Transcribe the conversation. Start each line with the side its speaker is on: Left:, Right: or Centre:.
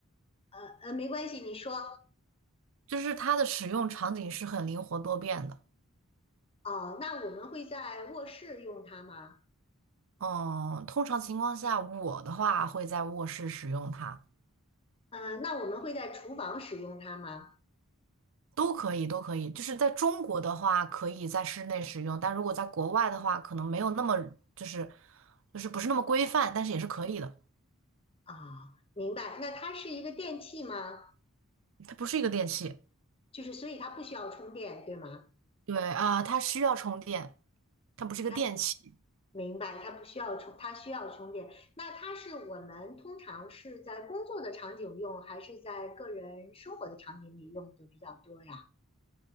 Left: 呃呃，没关系，你说。
Right: 就是它的使用场景是很灵活多变的。
Left: 哦，那我们会在卧室用它吗？
Right: 嗯，通常情况下，我的话会在卧室使用它。
Left: 呃，那我们会在厨房使用它吗？
Right: 都可以，都可以。就是在中国的话，可以在室内使用，但如果在国外的话，可能没有那么就是就是不是那么规范，但是也是可以的。
Left: 啊，明白。那它是一个电器吗？
Right: 它不是一个电器，
Left: 就是所以它不需要充电，对吗？
Right: 对啊，它需要充电，它不是一个电器。
Left: 它明白，它不需要充，它需要充电。那它是我们通常是在工作的场景用，还是在个人生活的场景里用的比较多呀？